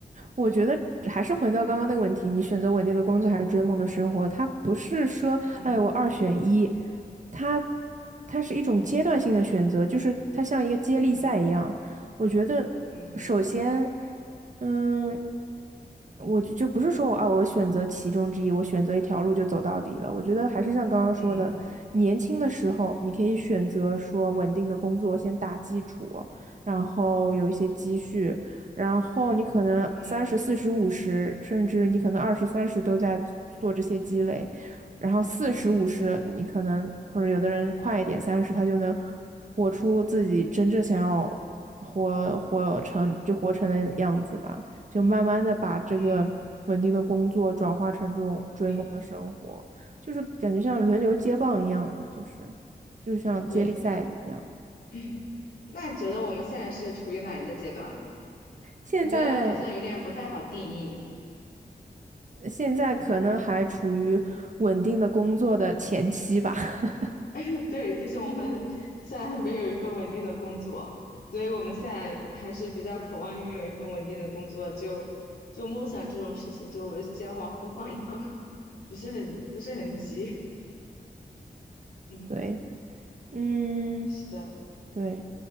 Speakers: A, on the right (about 50°); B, on the left (about 75°).
A: 我觉得还是回到刚刚那个问题，你选择稳定的工作还是追梦的生活？
B: <laughs> 嗯
A: 它不是说，
B: 嗯
A: 哎，我二选一，它它是一种阶段性的选择，就是它像一个接力赛一样。
B: 嗯
A: 我觉得，
B: 嗯
A: 首先，嗯，我就就不是说我啊，我选择其中之一，我选择一条路就走到底了。我觉得还是像刚刚说的，
B: 嗯
A: 年轻的时候你可以选择说稳定的工作先打基础，然后有一些积蓄。然后你可能三十、
B: 嗯
A: 四十、五十，甚至你可能二十、三十都在做这些积累，然后四十、
B: 嗯
A: 五十，你可能或者有的人快一点，三十他就能活出自己真正想要活活成就活成的样子吧，就慢慢的把这个稳定的工作转化成这种追梦的生活，
B: 嗯嗯，
A: 就是感觉像轮流接棒一样的，就是就像接力赛的一样。
B: 对，那 <clears throat> 那你觉得我们现在是处于哪一个阶段呢
A: 现在
B: 我觉得好像有点不太好定义。
A: 现在可能还处于稳定的工作的前期吧。<laughs>
B: <laughs> 对，毕竟我们现在还没有一份稳定的工作，所以我们现在还是比较渴望拥有一份稳定的工作。就就梦想这种事情，就我先往后放一放，<laughs> 不是很不是很急。嗯，
A: 对，嗯，
B: 是的，
A: 对，